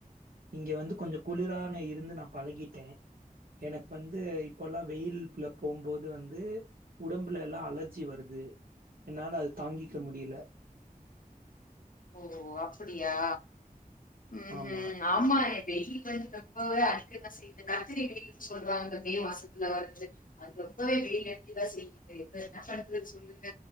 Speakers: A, on the right; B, on the left.
A: இங்க வந்து கொஞ்ச குளிரான இருந்து நா பழகிட்டே. எனக்கு வந்து இப்பல்லா வெயில்ப்ல போம்போது வந்து உடம்புல எல்லா அலர்ஜி வருது. என்னால அது தாங்கிக்க முடில
B: ஓ அப்பிடியா? ம்ஹூம்
A: ஆமா.
B: ஆமா எ வெயில் வந்து ரொம்பவே அடிக்கதா செய்து. கத்திரி வெயில்னு சொல்றாங்க மே மாசத்துல வருது. அது ரொம்பவே வெயில் அடிக்கதா செய்யுது. இத என்ன பண்றது சொல்லுங்க?